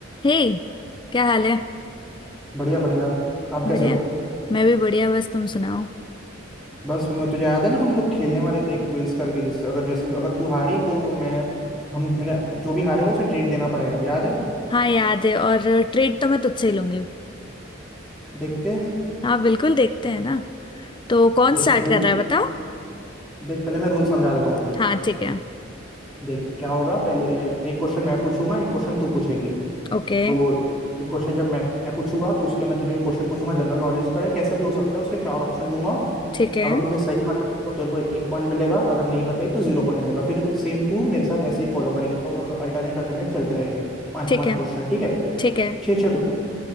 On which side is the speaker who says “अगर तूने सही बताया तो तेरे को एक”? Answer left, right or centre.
Centre